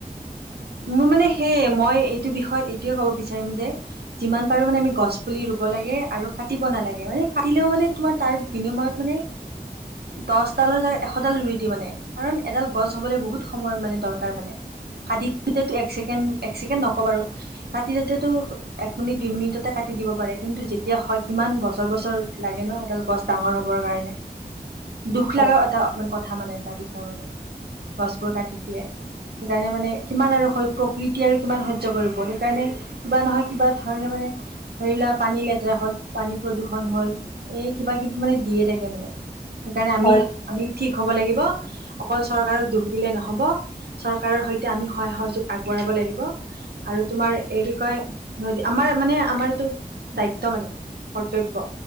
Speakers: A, on the right (about 85°); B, on the left (about 35°).
A: মোৰ মানে সেয়ে মই এইটো বিষয়ত এইটোয়ে ক'ব বিচাৰিম যে যিমান পাৰো মানে আমি গছ পুলি ৰুব লাগে, আৰু কাটিব নালাগে মানে কাটিলেও মানে তোমাৰ তাৰ বিনিময়ত মানে
B: <inaudible>
A: দহ ডালৰ য এশডাল ৰুই দি মানে, কাৰণ এডাল গছ হবলৈ বহুত সময় মানে দৰকাৰ মানে। হেইটোয়েটো এক ছেকেণ্ড এক চেকেণ্ড নকওঁ বাৰু কাটি যাওঁতেটো এক মিনিট দুই মিনিটতে কাটি দিব পাৰে কিন্তু এতিয়া হয় কিমান বছৰ বছৰ লাগে ন, এডাল গছ ডাঙৰ হ'বৰ কাৰণে। দুখ
B: হয়
A: লগা এটা কথা মানে তাৰ বিষয়ে মানে, গছবোৰ কাটি দিয়ে, সেইকাৰণে মানে কিমান আৰু হয় প্ৰকৃতি আৰু কিমান সহ্য কৰিব সেইকাৰণে কিবা নহয় কিবা ধৰণে মানে, ধৰি লোৱা পানী লেতেৰা হ'ল পানী প্ৰদূষণ হ'ল, এই কিবাকিবি মানে দিয়ে থাকে মানে, সেইকাৰণে
B: হয়
A: আমি আমি ঠিক হ'ব লাগিব, অকল চৰকাৰক দোখ দিলে নহ'ব, চৰকাৰৰ সৈতে এতিয়া আমি সহায় সহযোগ আগবঢ়াব লাগিব। আৰু তোমাৰ এই কি কয় ন, আমাৰ মানে আমাৰটো দায়িত্ব মানে। কৰ্তব্য,